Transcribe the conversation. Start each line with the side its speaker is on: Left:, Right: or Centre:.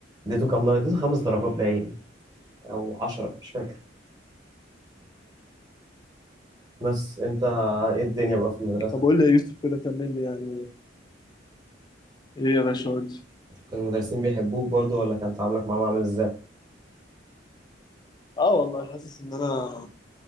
Right: اديته كام درجة اديته خمس درجات باين أو عشرة مش فاكر بس أنت إيه الدنيا بقى في المدرسة؟
Left: طب قول لي يا يوسف كده كمل لي يعني ايه يا باشا قول لي
Right: كان المدرسين بيحبوك برضو ولا كان تعاملك معاهم عامل إزاي؟
Left: اه والله حاسس ان انا